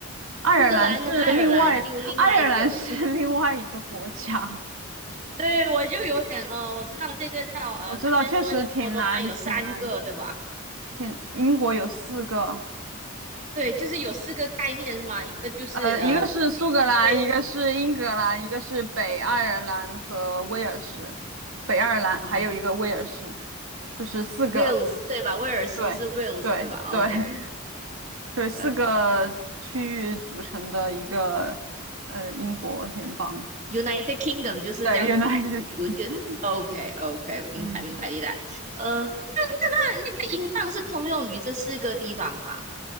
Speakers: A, on the right; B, on the right.
A: 爱尔兰是另外，
B: 苏格兰跟爱尔兰又另外一个，
A: 爱尔兰是
B: <laughs>
A: <laughs> 另外一个国家。
B: 对，我就有点呃，我知道这个叫呃，
A: 我知道，
B: 他们说英国的话有三个，
A: 确实挺难，挺难，
B: 对吧？
A: 挺。英国有四个，
B: 对，就是有四个概念是吗？一个就是呃
A: 呃，一个是苏格兰，
B: ，Great
A: 一个是英格兰，一个是北爱尔兰和威尔士，北爱尔兰还有一个威尔士，
B: 哦
A: 就是四个，
B: 啊，Wales 对吧？威尔斯是
A: 对，
B: Wales
A: 对，
B: 对吧？OK，
A: 对，<laughs> 对，四个区域组成的一个呃英国联邦，
B: 对哦，United Kingdom 就是这样子组，
A: 对，United
B: 有一
A: Kingdom。
B: OK OK，
A: 嗯，
B: 明白明白明白。呃，那那个英镑是通用于这四个地方吗？